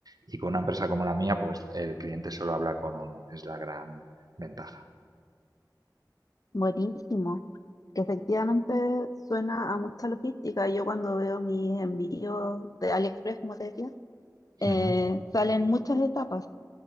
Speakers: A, on the right; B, on the left.
A: y con una empresa como la mía, pues el cliente solo habla con uno, es la gran ventaja.
B: Buenísimo, que efectivamente suena a mucha logística. Yo cuando veo mis envíos de AliExpress, como te decía, eh,
A: Ujú.
B: salen muchas etapas.